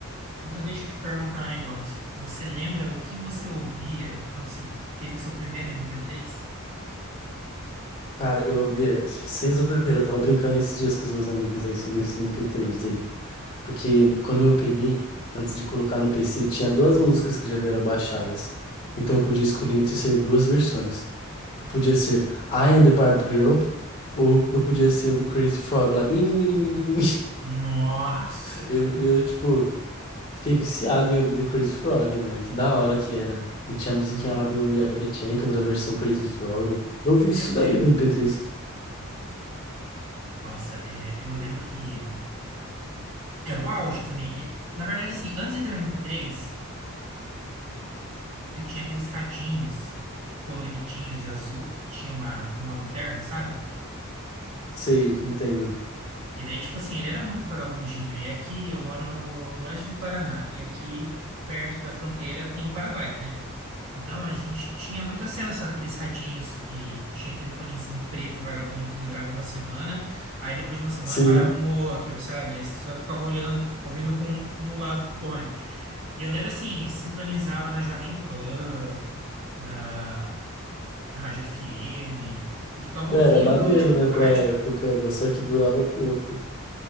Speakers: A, on the right; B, on the left.
A: Então deixa eu te perguntar um negócio. Você lembra o que você ouvia quando você teve o seu primeiro mp três
B: Cara, eu via, sem zoeira, eu tava brincando esses dias com os meus amigos aí sobre esse mp três aí, porque quando eu peguei, antes de colocar no PC, tinha duas músicas que já vieram baixadas, então eu podia escolher entre ser duas versões. Eu podia ser I Am the Barbie Girl, ou eu podia ser o do Crazy Frog lá, bim, bim, bim, bim, bim.
A: Nossa!
B: Eu, eu, tipo, fiquei viciado em ouvir The Crazy Frog, né? Que da hora que era. E tinha a musiquinha
A: Não.
B: lá do We Are The Champions, a versão Crazy Frog. Eu ouvi isso
A: Meu Deus.
B: daí no MP3.
A: Nossa, é, eu lembro que Era o auge também. É, na verdade, assim, antes de ter o MP3, eu tinha aqueles radinhos coloridinhos de azul que tinha uma, uma lanterna, sabe?
B: Sei, entendo.
A: E daí, tipo assim, ele era muito vagabundinho. E aqui eu moro no, no oeste do Paraná, e aqui perto da fronteira tem o Paraguai, né? Então a gente tinha muito acesso àqueles radinhos que tinha aquele fonezinho preto vagabundo que durava uma semana, aí depois de uma semana
B: Sim,
A: parava um outro, sabe? Aí você só ficava olhando, ouvindo com um, um lado do fone. E eu lembro assim, sintonizava na Jovem Pan, na, na Rádio FM, e ficava ouvindo,
B: era maneiro,
A: tipo,
B: né,
A: rádio.
B: pra época, mas só que durava pouco.